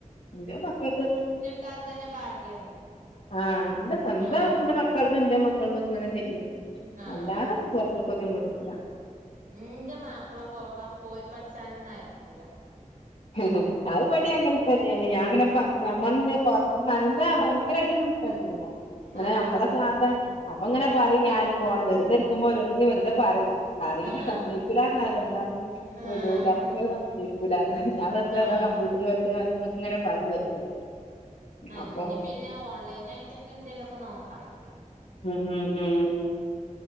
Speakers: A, on the left (about 65°); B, on the right (about 85°).
A: എന്റെ മക്കക്ക്
B: കിട്ടാൻ തന്നെ ഭാഗ്യാണ്
A: ആഹ് എന്റെ സ്വന്തം
B: ആഹ്
A: നിന്റെ മക്കൾക്കും എന്റെ മക്കൾക്കും ഇങ്ങനെ ചെയ്യും
B: ആഹ്
A: അല്ലാതെ പൊറത്തേക്ക് ഒന്നും കൊടുക്കൂല
B: എന്റെ മാപ്പിള പോകാൻ പോയി പഠിച്ചാനൊന്നും അയക്കൂല
A: അത് ഇവടെം അങ്ങനെ തന്നെയാണ് ഞാൻ പിന്നെ പറഞ്ഞ് മന്തി പൊറത്ത് നല്ല ഭയങ്കര ആയിട്ടൊന്നും കഴിക്കൂല പിന്നെ
B: ആഹ്
A: നമ്മളെ സാധാ അപ്പൊ ഇങ്ങനെ പറയും ഞാന് പോണം വെറുത ഇരിക്കുമ്പം ഒരുരോന്നിങ്ങനെ വെറുതെ പറയും അറിയൂല
B: ആഹ്
A: സമ്മതിക്കൂല അറിയാം എന്നാലും
B: ആഹ്
A: വിടൂല അപ്പം ഇങ്ങനെ സമ്മതിക്കൂല ഞാൻ വെറുതെ
B: ആഹ്
A: ഓരോ കമ്പ്യൂട്ടർ പഠിച്ചണം എന്നൊക്കെ ഇങ്ങനെ പറയും വെറുതെ
B: അല്ലെങ്കി
A: അപ്പം
B: പിന്നെ ഓൺലൈൻ ആയിട്ടൊക്കെ എന്തേലുമൊക്കെ നോക്കണം
A: ഉം ഉം ഉം